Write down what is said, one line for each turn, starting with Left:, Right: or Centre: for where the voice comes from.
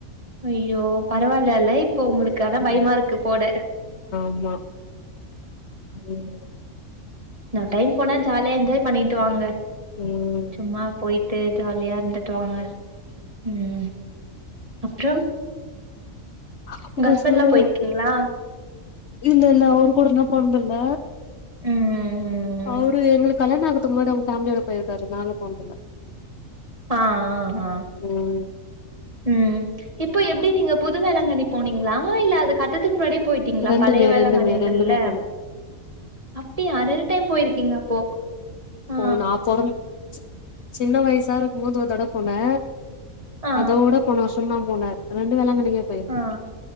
Right: ஐய்யோ பரவாயில்லல இப்போ உங்களுக்கு ஆனா
Left: ம்
Right: பயமா இருக்கு போட
Left: ஆமா ம்
Right: நா டைம் போனா ஜாலியா என்ஜாய் பண்ணிட்டு வாங்க
Left: ம்
Right: ம்மா போயிட்டு ஜாலியா இருந்துட்டு வாங்க ம் அப்றம்
Left: அப்றோ
Right: உங்க ஹஸ்பெண்ட்லா
Left: சொல்லுங்க
Right: போயிருக்கீங்களா
Left: இல்ல இல்ல அவரு கூட நா போனது இல்ல
Right: ம் ம் ம்
Left: அவரு எங்களுக்கு கல்யாண ஆகுரத்துக்கு முன்னாடி அவுங்க ஃபேமிலியோட போயிருக்காரு நாங்க போனதில்ல
Right: ஆ ஆ ஆ
Left: ம்
Right: ம் இப்ப எப்டி நீங்க புது வேளாங்கண்ணி போனீங்களா இல்ல அதுக் அடு துக்கு முன்னாடி போயிட்டீங்களா
Left: ரெண்டுமே
Right: பழைய வேளாங்கண்ணி
Left: ரெண்டுமே
Right: இருந்துதுல்ல
Left: ரெண்டுமே போனோ
Right: அப்டியா ரெண்டு டைம் போயிருக்கீங்க அப்போ ஆ
Left: போ நா பொறந் சி சின்ன வயசா இருக்கும் போது ஒரு தடவ போனே
Right: ஆ ஆ
Left: அதோட போன வருஷம் தா போனே ரெண்டு வேளாங்கண்ணிக்கே போயிருக்கோ
Right: ஆ